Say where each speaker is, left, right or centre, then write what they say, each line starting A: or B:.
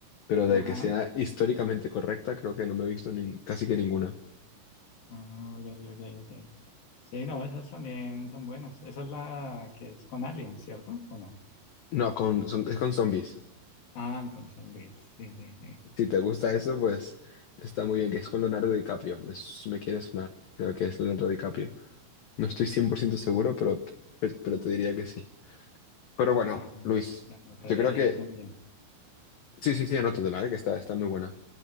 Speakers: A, on the left; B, on the left.
A: pero de
B: Ajá.
A: que sea históricamente correcta, creo que no me he visto nin- casi que ninguna.
B: Ah, ok, ok, ok. Sí, no, esas también son buenas. Esa es la que es con aliens, ¿cierto? ¿O no?
A: No, con, son- es con zombies.
B: Ah, con zombies. Sí, sí, sí.
A: Si te gusta eso, pues está muy bien, que es con Leonardo DiCaprio. Es- me quiere sonar, creo que es Leonardo DiCaprio. No estoy cien
B: Mm.
A: por ciento seguro, pero, pe- pero te diría que sí. Pero bueno,
B: Ah,
A: Luis,
B: la anotaré
A: yo creo
B: ahí
A: que...
B: también.
A: Sí, sí, sí, anótatela, eh, que está, está muy buena.